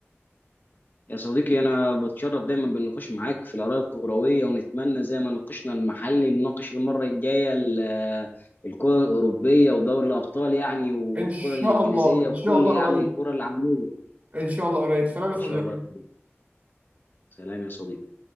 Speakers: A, on the left (about 45°); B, on the right (about 35°).
A: يا صديقي أنا بتشرف دايما بالنقاش معاك في الآراء الكروية ونتمنى زي ما ناقشنا المحلي نناقش المرة الجاية ال- الكرة الأوروبية ودوري الأبطال يعني والكرة
B: ان شاء
A: الإنجليزية
B: الله ان
A: وكل
B: شاء الله
A: يعني
B: قريب
A: الكرة العالمية
B: ان شاء الله قريب سلام يا صديقي
A: إن شاء الله يا صديقي. سلام يا صديقي